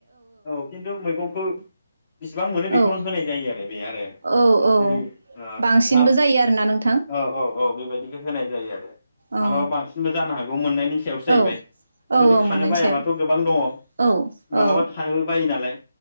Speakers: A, on the left; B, on the right.
A: औ खिन्थु मैगंखौ <unintelligible> बिसिबां मोनो बेखौनो
B: औ
A: होनाय जायो आरो। बे आरो
B: औ औ
A: जेरै ओ
B: बांसिनबो
A: खान्थाल
B: जायो आरोना नोंथां
A: औ औ औ बेबायदि गो होनाय जायो आरो
B: औ
A: मालाबा बांसिनबो जानो हाग गौ मोननाय नि सायावसो जाहैबाय
B: औ औ
A: जुदि
B: औ
A: खानो
B: मोननायनि
A: बायाबाथ'
B: सायाव
A: गोबां दङ।
B: औ
A: मालाबा
B: औ
A: खानोबो बायो नालाय।